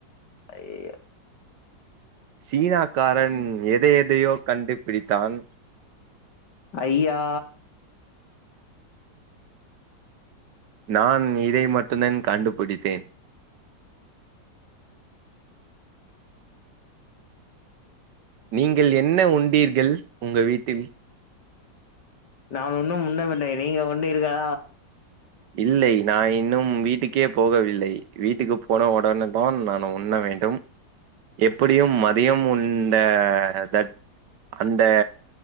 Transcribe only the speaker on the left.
ஐயயோ
ஐயா
நான் ஒன்னும் உண்ணவில்லை நீங்க உண்டீர்களா?